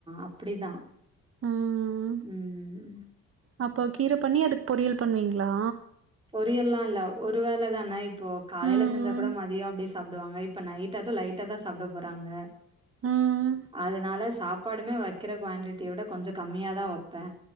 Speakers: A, on the right (about 15°); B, on the right (about 50°).
A: அப்படிதா
B: ம்
A: ம்
B: அப்போ கீர பண்ணி அதுக்கு பொரியல் பண்ணுவீங்களா
A: பொரியல்லா இல்ல ஒரு வேலதான இப்போ காலைல
B: ம்
A: செஞ்சா கூட மதியோ அப்டே சாப்டுவாங்க இப் இப்ப நைட் அதூ லைட்டா தா சாப்ட போறாங்க
B: ம்
A: அதனால சாப்பாடுமே வக் கிற குவான்டிட்டிய விட கொஞ்சோ கம்மியா தா வெப்பே